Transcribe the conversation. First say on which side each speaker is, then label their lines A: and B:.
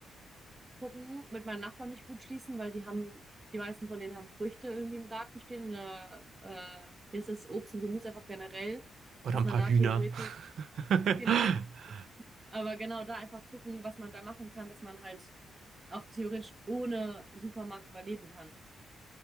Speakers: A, on the right; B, on the right.
A: gucken, mit meinen Nachbarn mich gut schließen, weil die haben, die meisten von denen haben Früchte irgendwie im Garten stehen oder äh, hier ist das Obst und Gemüse einfach generell,
B: Oder
A: dass
B: ein
A: man
B: paar
A: da
B: Hühner.
A: theoretisch,
B: <laughs>
A: genau, aber genau da einfach gucken, was man da machen kann, dass man halt auch theoretisch ohne Supermarkt überleben kann